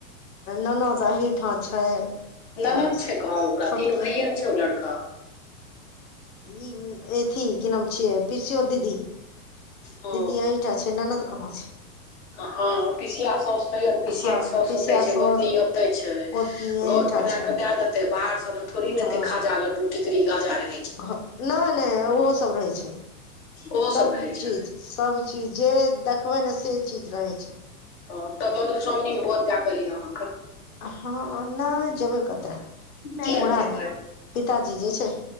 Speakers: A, on the left (about 70°); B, on the left (about 40°).
A: ननद एहिठऽ छै।
B: ननद
A: आ
B: छै कहां ओकरा,
A: छोटकी
B: तीन भाइये न छै ओ लड़का।
A: ई ऐथि की नाम छियै, पीसियौत दीदी।
B: हँ
A: दीदी एहिठा छै, ननद कहाँ छै।
B: आ हँ पीसिया साऊस कहियन पीसिया
A: हँ
B: साॅस
A: पीसिया
B: ओतय छैय,
A: साउस
B: गोतनी ओतय छैय,
A: गोतनी एहिठाम
B: घर बना
A: छै
B: के दैं देतै बाहर सब म थोड़ी न
A: हँ
B: एते खाजा, लड्डू, टीकरी, गाजा रै।
A: घ नहि-नहि ओहो सब रहै छैय
B: ओहो
A: सब
B: रहै छै
A: चीज सब चीज जे देखबै ने से चीज रहै छैय।
B: हँ तब मधुश्रावणी मे भोज जागल यऽ अहाँकऽ।
A: हांँ नहि जेबै कतऽ,
B: किया
A: बूढ़ा
B: ने जेबै
A: पिताजी जे छैय।